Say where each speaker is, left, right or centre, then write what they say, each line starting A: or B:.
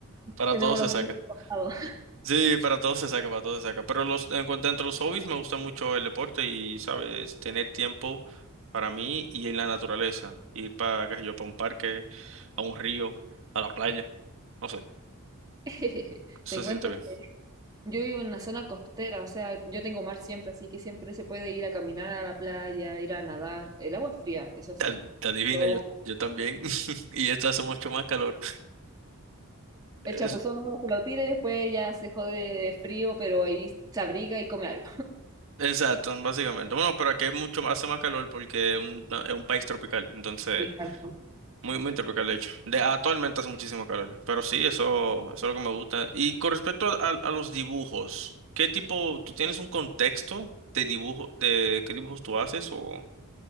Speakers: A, on the right (about 65°); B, on the right (about 20°).
A: para
B: Tenemos
A: todo se
B: los mismos
A: saca.
B: pasados.
A: Sí, para todo se saca, para todo se saca. Pero los, en cuanto dentro de los hobbies, me gusta mucho el deporte y, sabes, tener tiempo para mí y en la naturaleza. Ir para, qué sé yo, para un parque, a un río, a la playa. No sé,
B: <laughs>
A: se
B: Te cuento
A: siente bien.
B: que Yo vivo en una zona costera, o sea, yo tengo mar siempre, así que siempre se puede ir a caminar a la playa, ir a nadar. El agua es fría, eso sí.
A: Ad- Adivina,
B: Lo-
A: yo, yo también. <laughs> Y esta hace mucho más calor. Es-
B: el chapuzón uno se lo tira y después ya se jode de frío, pero ahí se abriga y come algo.
A: exacto, básicamente. Bueno, pero aquí hay mucho más, hace más calor porque es un, es un país tropical. Entonces,
B: Muy calmo.
A: muy, muy tropical, de hecho. De, actualmente hace muchísimo calor. Pero sí, eso, eso es lo que me gusta. Y con respecto a, a- a los dibujos, ¿qué tipo, tú tienes un contexto de dibujo, de qué dibujos tú haces? O...